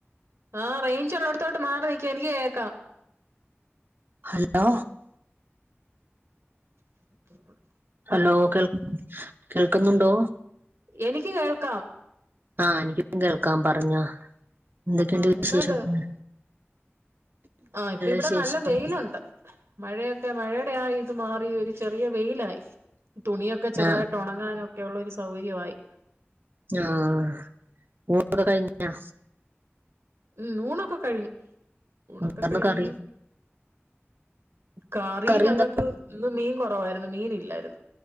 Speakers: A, on the right; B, on the right.
A: ആഹ് റെയ്ഞ്ച് ഉള്ളട്ത്തോട്ട് മാറി നിക്ക് എനിക്ക് കേക്കാം.
B: ഹലോ
A: <unintelligible>
B: ഹലോ കേൾ കേൾക്കുന്നുണ്ടോ?
A: എനിക്ക് കേൾക്കാം.
B: ആഹ് എനിക്കും കേൾക്കാം. പറഞ്ഞോ, എന്തൊക്കെയുണ്ട്
A: ആഹ്
B: വിശേഷം?
A: എന്തുണ്ട്
B: ഉം
A: ആഹ് ഇപ്പ ഇവിടെ
B: വിശേഷം
A: നല്ല വെയിലൊണ്ട്. മഴയൊക്കെ മഴയുടെ ആ ഇത് മാറി ഒര് ചെറിയ വെയിലായി. തുണിയൊക്കെ ചെറുതായിട്ട്
B: ആ
A: ഒണങ്ങാനൊക്കെ ഉള്ള ഒരു സൗകര്യവായി.
B: ആഹ് ഊണൊകെ കഴിഞ്ഞാ?
A: മ്മ് ഊണൊക്കെ കഴിഞ്ഞ് ഊണൊക്കെ
B: എന്തായിരുന്നു
A: കഴിഞ്ഞ്ങ്ങനെ,
B: കറി
A: കറീ
B: കറി
A: ഞങ്ങക്ക്
B: എന്താ
A: ഇന്ന് മീൻ കൊറവായിര്ന്ന് മീൻ ഇല്ലായിര്ന്ന്